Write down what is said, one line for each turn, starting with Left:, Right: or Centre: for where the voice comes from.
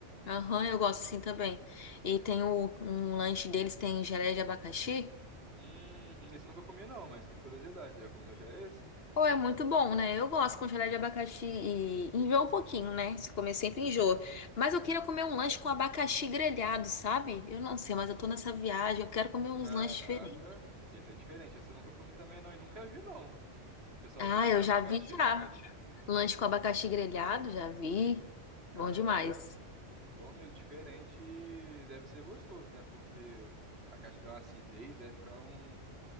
Left: Aham, eu gosto assim também. E tem o, um lanche deles, tem geleia de abacaxi.
Right: Uhum, esse eu nunca comi não, mas tem curiosidade. Você já comeu já esse?
Left: Pô, é muito bom, né? Eu gosto com gelé de abacaxi e enjoa um pouquinho, né? Se comer sempre
Right: <laughs>
Left: enjoa. Mas eu queria comer um lanche com abacaxi grelhado, sabe? Eu não sei, mas eu tô nessa viagem, eu quero comer uns
Right: Caraca,
Left: lanches diferentes.
Right: esse é diferente. Esse eu nunca comi também não e nunca vi não. O pessoal
Left: Ah,
Right: faz
Left: eu
Right: com abacaxi?
Left: já vi já. Lanche com abacaxi grelhado, já vi.
Right: Caraca,
Left: Bom demais.
Right: bom mesmo, diferente e deve ser gostoso, né? Porque a caixa dá uma acidez, deve ficar um,